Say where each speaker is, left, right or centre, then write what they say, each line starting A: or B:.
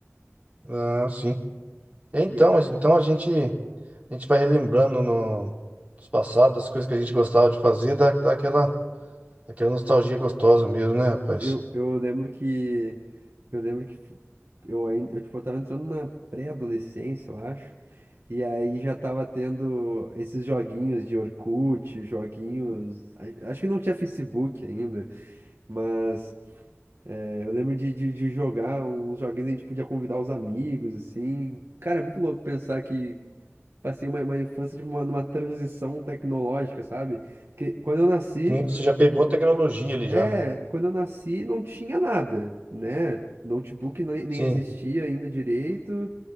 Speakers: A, on the right (about 30°); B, on the right (about 55°).
A: Ah, sim. É, Então,
B: E era.
A: mas então a gente a gente vai relembrando no dos passados, das coisas que a gente gostava de fazer, dá, dá aquela, aquela nostalgia gostosa mesmo, né, rapaz?
B: Eu, eu lembro que. Eu lembro que f- eu ainda. Eu, tipo, eu tava entrando na pré-adolescência, eu acho. E aí já tava tendo esses joguinhos de Orkut, joguinhos. a- Acho que não tinha Facebook ainda. Mas É, Eu lembro de, de, de jogar uns joguinhos, a gente podia convidar os amigos, assim. Cara, é muito louco pensar que passei uma, uma infância de uma- numa transição tecnológica, sabe? Porque quando eu nasci,
A: Sim, você já pegou
B: hum,
A: a tecnologia ali
B: é,
A: já.
B: quando eu nasci não tinha nada, né? Notebook nem, nem
A: Sim,
B: existia ainda direito,